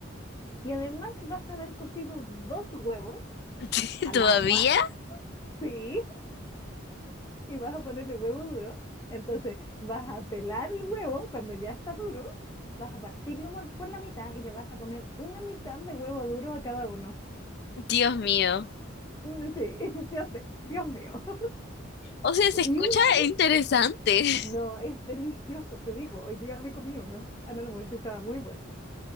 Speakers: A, on the left; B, on the left.
A: y además vas a haber cocido dos huevos
B: <laughs>
A: al
B: ¿Todavía?
A: agua, sí, y vas a ponerle huevo duro. Entonces vas a pelar el huevo cuando ya está duro, vas a partirlo por por la mitad y le vas a poner una mitad de huevo duro a cada uno.
B: Dios mío.
A: Mm, Sí, <laughs> yo sé, Dios mío. <laughs>
B: O sea, se escucha
A: Y una vez,
B: interesante. <laughs>
A: no, es delicioso, te digo, hoy día me comí uno al almuerzo y estaba muy bueno.